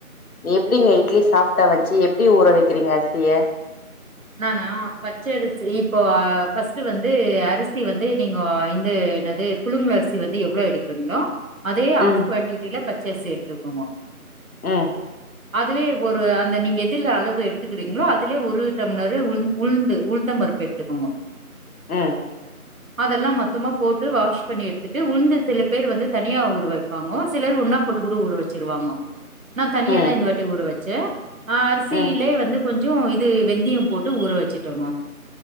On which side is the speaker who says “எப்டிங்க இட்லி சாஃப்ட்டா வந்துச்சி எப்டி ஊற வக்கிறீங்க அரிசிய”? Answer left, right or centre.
Left